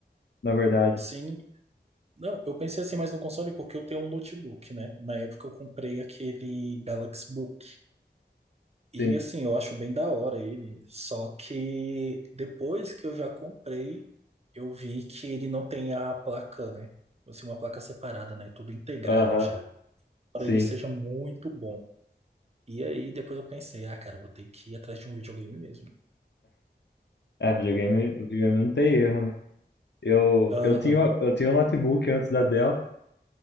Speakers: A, on the left (about 70°); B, on the right (about 35°).
A: na verdade.
B: sim. Não, eu pensei assim mais no console porque eu tenho um notebook, né? Na época eu comprei aquele Galaxy Book. E
A: Sim.
B: assim, eu acho bem da hora ele. Só que depois que eu já comprei, eu vi que ele não tem a placa, né? Assim, uma placa separada, né? Tudo integrado
A: Aham,
B: já. Para
A: sim.
B: ele seja muito bom. E aí depois eu pensei, ah, cara, eu vou ter que ir atrás de um videogame mesmo.
A: É, videogame, videogame não tem erro, né? Eu,
B: Aham,
A: eu tinha, eu tinha um notebook antes da Dell,